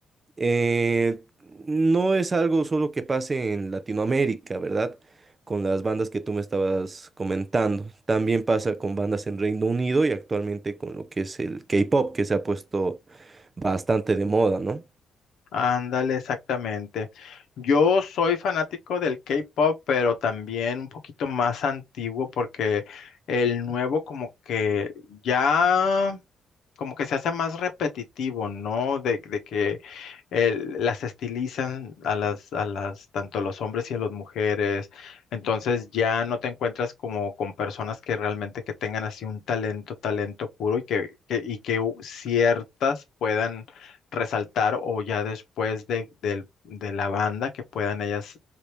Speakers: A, on the right; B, on the left.
A: Eh, no es algo solo que pase en Latinoamérica, ¿verdad? Con las bandas que tú me estabas comentando. También pasa con bandas en Reino Unido y actualmente con lo que es el K-pop, que se ha puesto bastante de moda, ¿no?
B: Ándale, exactamente. Yo soy fanático del K-pop, pero también un poquito más antiguo porque el nuevo como que ya como que se hace más repetitivo, ¿no? De, de que el- las estilizan a las, a las, tanto a los hombres y a las mujeres. Entonces ya no te encuentras como con personas que realmente que tengan así un talento, talento puro y que, que- y que u- ciertas puedan resaltar o ya después de, del- de la banda que puedan ellas